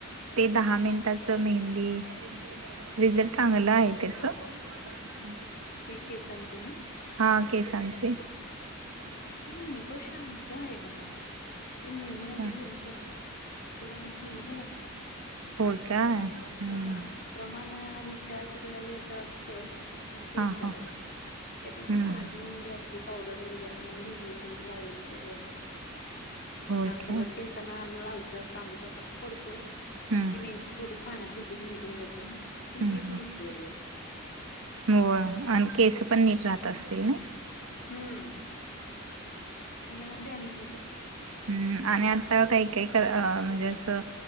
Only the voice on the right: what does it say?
ते दहा मिनिटाचं मेहंदी रिझल्ट चांगलं आहे त्याचं? <inaudible>
हा केसांचे.
अच्छा
होय काय हम्म
हा हा
हम्म
होय
काय
हम्म
हम्म
हम्म
होय आणि केसं पण नीट राहत असतील नाही.
हम्म आणि आता काही काही कर अ म्हणजे असं